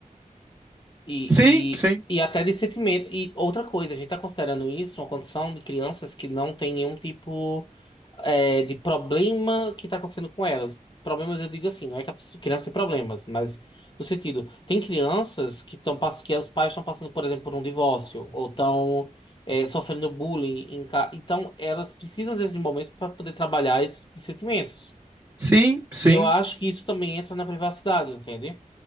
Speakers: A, on the left; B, on the right.
A: E,
B: Sim, sim.
A: e, e até de sentimento. E outra coisa, a gente tá considerando isso uma condição de crianças que não tem nenhum tipo. é, de problema que está acontecendo com elas. Problemas, eu digo assim, não é que a pessoa- criança tem problemas, mas no sentido, tem crianças que estão que os pais estão passando, por exemplo, por um divórcio, ou estão é, sofrendo bullying em casa. Então, elas precisam, às vezes, de momentos para poder trabalhar esses sentimentos.
B: Sim, sim.
A: E eu acho que isso também entra na privacidade, entende?